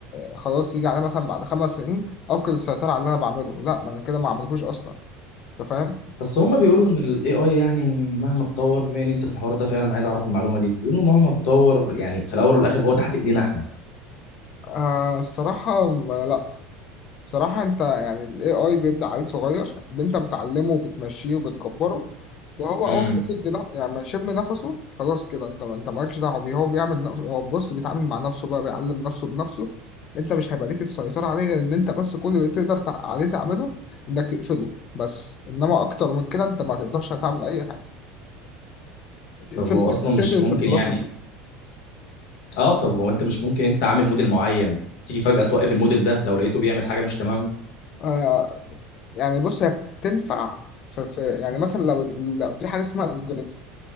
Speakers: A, on the left; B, on the left.
A: آه، خلاص يجي عليا مثلا بعد خمس سنين أفقد السيطرة على اللي أنا بعمله لا ما أنا كده ما عملهوش أصلا أنت فاهم؟
B: بس هما بيقولوا ان الاي اي يعني مهما اتطور بما ان انت في الحوار ده فعلا عايز اعرف المعلومه دي بيقولوا مهما اتطور يعني في الاول والاخر هو تحت ايدينا احنا
A: آه الصراحة لا صراحة انت يعني ال AI بيبدأ عيل صغير انت بتعلمه وبتمشيه وبتكبره وهو
B: امم
A: اول ما يسد نا- يعني ما يشم نفسه خلاص كده انت انت مالكش دعوة بيه هو بيعمل نفسه هو بص بيتعامل مع نفسه بقى بيعلم نفسه بنفسه انت مش هيبقى ليك السيطرة عليه غير ان انت بس كل اللي تقدر تع- عليه تعمله انك تقفله بس انما اكتر من كده انت ما تقدرش تعمل اي حاجة تقفل
B: طب هو
A: <laughs>
B: اصلا
A: تقفل
B: مش
A: السيرفرات
B: ممكن يعني
A: بتاعته
B: اه طب هو انت مش ممكن انت عامل موديل معين تيجي فجاه توقف الموديل ده لو لقيته بيعمل حاجه مش تمام
A: آه يعني بص هي بتنفع في في يعني مثلا لو لو في حاجة اسمها algorithm